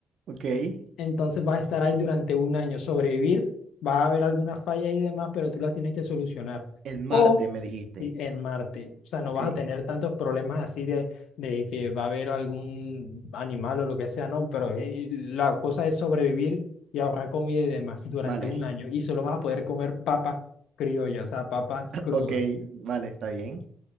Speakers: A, on the right; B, on the left.
A: Ok. e-
B: Entonces vas a estar ahí durante un año, sobrevivir, va a haber algunas fallas y demás, pero tú las tienes que solucionar.
A: El martes
B: O
A: me dijiste.
B: sí, en Marte, o sea, no
A: Ok.
B: vas a tener tantos problemas así de, de que va a haber algún animal o lo que sea, no, pero eh, la cosa es sobrevivir y ahorrar comida y demás durante
A: Vale.
B: un año. Y solo vas a poder comer papa criolla, o sea, papa cruda.
A: Ok, vale, está bien.